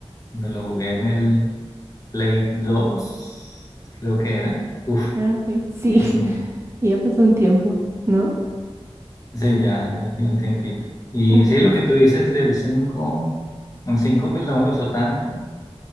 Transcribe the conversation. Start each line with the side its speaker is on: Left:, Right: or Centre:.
Left: cuando lo jugué en el Play 2 creo que era. Uf,
Right: Ah, ok, Sí,
Left: buenísimo.
Right: <laughs> ya pasó un tiempo, ¿no?
Left: Sí, ya, ya hace un tiempito. Y
Right: <laughs> Ujú,
Left: sí, lo que tú dices del cinco el 5 pues no me gustó tanto,